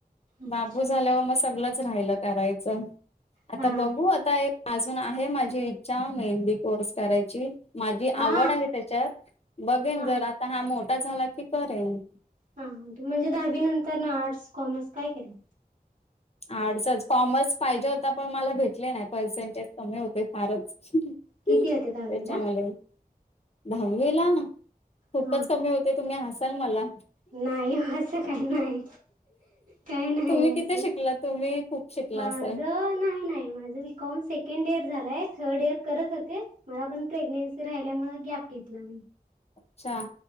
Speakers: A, on the right (about 55°); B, on the left (about 40°).
A: अच्छा
B: बाबू झाल्यावर मग सगळच राहिलं करायचं. आता
A: हा
B: बघू आता अजून आहे माझी इच्छा मेहंदी कोर्स करायची. माझी आवड
A: हा
B: आहे त्याच्यात बघेन
A: हा
B: जर आता हा मोठा झाला की करेन.
A: हा म्हणजे दहावी नंतर ना आर्ट्स कॉमर्स काय केलं.
B: आर्डसच कॉमर्स पाहिजे होता पण मला भेटले नाही पर्सेंटेज कमी होते फारच.
A: किती
B: त्याच्यामुळे
A: होते दहावीला
B: दहावी ला खूपच
A: हा
B: कमी होते. ते तुम्ही हसाल मला.
A: नाही असं काय नाही काय नाही
B: तुम्ही किती
A: असं.
B: शिकला तुम्ही खूप शिकला
A: माझ
B: असाल
A: नाही नाही माझ. कॉम सेकंड इयर झालाय थर्ड इयर करत होते. मला पण प्रेग्नेन्सी राहिल्यामुळे गॅप घेतलं मी.
B: अच्छा